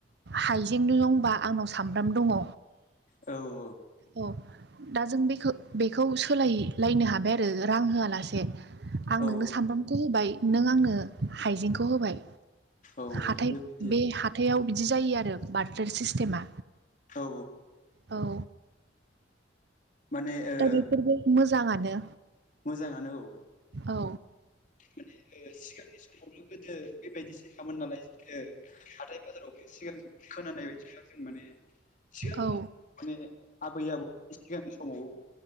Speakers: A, on the right; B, on the left.
A: हाइक जें लोंबा आंनाव सामब्राम दङ
B: औ औ
A: औ दा जों बेखौ बेखौ सोलाय लायनो हाबाय आरो रां होआलासे आं
B: औ
A: नोंनो सामब्रामखौ होबाय नों आंनो हाइजेंखौ होबाय
B: औ
A: हाथाय
B: बेबायदि
A: बे हाथायाव बिदि जायो आरो बार्थार सिस्टेमा
B: औ
A: औ
B: माने ओ
A: दा बेफोरबो मोजाङानो
B: मोजाङानो औ
A: औ
B: माने सिगांनि समावथ' गोदो बेबायदिसो खामोन नालाय हाथाय बाजारावबो सिगां खोनानाय बायदिबा जों माने सिगांनि
A: औ
B: माने आबै आबौ सिगांनि समाव